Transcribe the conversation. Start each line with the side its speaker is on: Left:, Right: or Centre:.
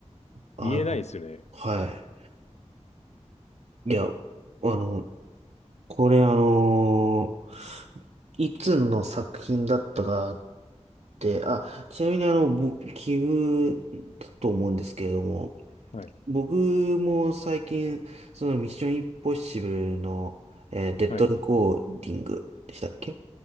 Right: あの、
Left: 見えないですね。
Right: はい。いや、あの、これあのいつの作品だったかって、あ、ちなみにあの、僕、奇遇だと思うんですけれども、
Left: はい。
Right: 僕も最近、そのミッションインポッシブルの、えーデッドレコーディングでしたっけ
Left: はい。